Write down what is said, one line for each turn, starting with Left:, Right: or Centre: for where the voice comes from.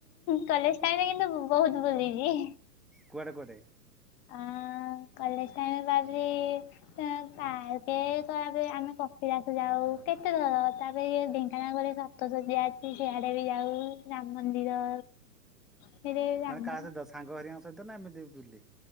Left: କଲେଜ ଟାଇମରେ କିନ୍ତୁ ବହୁତ ବୁଲିଛି।
Centre: କୁଆଡ଼େ କୁଆଡ଼େ?
Left: ଆ କଲେଜ ଟାଇମ ବାବି। ତାକ କ ଆମେ କପିିଲାକୁ ଯାଉ କେତେଥର ତାପରେ ଢେଙ୍କାନାଳର ଗରେ। ତ ତ ଯିଆଛି ସେଆଡେ ବି ଯାଉ ରାମ ମନ୍ଦିର। ସେଠି ରାମ
Centre: ମାନେ କାହା ସହିତ ସାଙ୍ଗ ହରିଆଙ୍କ ସହିତ ନା ଏମିତି ବୁଲି।